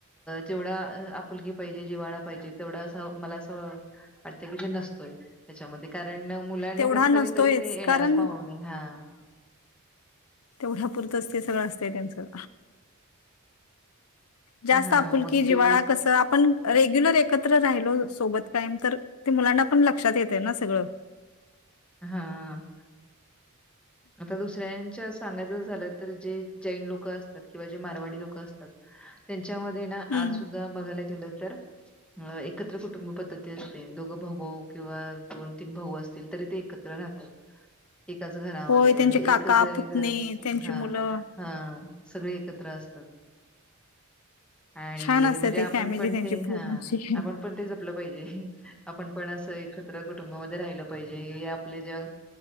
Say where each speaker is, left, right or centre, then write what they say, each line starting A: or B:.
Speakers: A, in the centre; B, on the left.
A: जेवढा अं लकी पायजे, जिवाळा पायजे, तेवढा अस मला अस, वाटतय नसतय, त्या कारण, मुलांना
B: तेवढा
A: कस
B: नसतोयच
A: कधीतरी ते येणारच
B: कारण
A: पाहणे,, हा.
B: तेवढ्या पुरतच ते सगळं असतय त्यांचं. जास्त
A: हा
B: आपुलकी
A: मग
B: जिवाळा
A: ते
B: कसं आपण रेग्युलर एकत्र राहिलो सोबत कायम,, तर ते मुलांना पण लक्षात येतय ना सगळंं
A: हा, आता दुसऱ्यांच्याच सांगायचं झालं, जैन लोक असतात, क मारवाडी लोक अस च्या मधे ना, आज
B: हम्म
A: सुधा बघायला गेलं तर एकत्र कुटुंब पद् दोघ भाऊऊ किंवा दोन तीन भाऊ असतील तरी ते एकत्र राहतात, एकाऽळ
B: होय
A: म्हणजे
B: त्यांचे काका
A: एक जरी
B: पुतणे
A: घर,
B: त्यांची
A: हा,
B: मुलं
A: हा सगळे एकत्र असता <inaudible> आणिऽ
B: छान असते
A: म्हणजे
B: ते
A: आपण
B: फॅमिली
A: पण
B: त्यांची
A: ते,
B: पूर्ण
A: हा,
B: अशी.
A: आपण पण ते जपलं पाहिजे. आपण पण असं एकत्र कुटुंबामध्ये राहिलं पाहिजे, या आपले ज्या